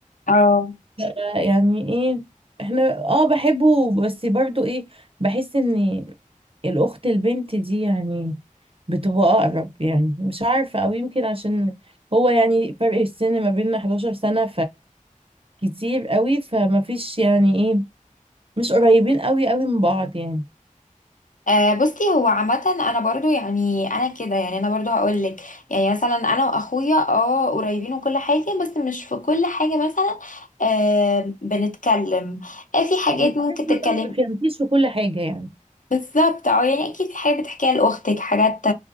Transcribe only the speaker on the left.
اه
آه، بصي هو عامة انا برضو يعني انا كده يعني انا برضو هقول لك يعني مثلا انا واخويا اه قريبين وكل حاجة بس مش في كل حاجة مثلا آه بنتكلم آه في حاجات
ممكن تتكلمي
بالظبط اه يعني اكيد في حاجات بتحكيها لاختك حاجات